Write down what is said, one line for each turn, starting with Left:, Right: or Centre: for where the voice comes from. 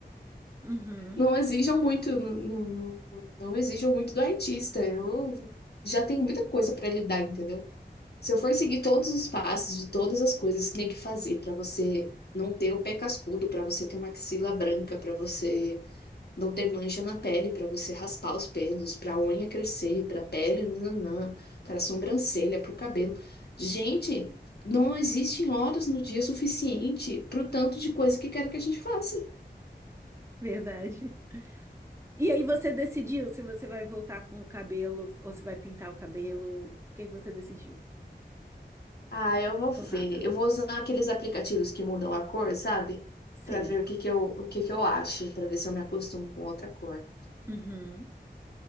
Right: uhum,
Left: Não exijam muito, não, não, não não exijam muito do artista. Eu já tenho muita coisa pra lidar, entendeu? Se eu for seguir todos os passos de todas as coisas que tem que fazer pra você não ter o pé cascudo, pra você ter uma axila branca, pra você não ter mancha na pele, pra você raspar os pelos, pra unha crescer, pra pele, nananã, para sobrancelha, pro cabelo. Gente, não existem horas no dia suficiente pro tanto de coisa que querem que a gente faça.
Right: verdade. E aí você decidiu se você vai voltar com o cabelo ou se vai pintar o cabelo? O que que você decidiu?
Left: Ah, eu vou
Right: Ou
Left: ver.
Right: nada?
Left: Eu vou usar aqueles aplicativos que mudam a cor, sabe?
Right: Sei.
Left: Pra ver o que que eu, o que que eu acho, pra ver se eu me acostumo com outra cor.
Right: Uhum.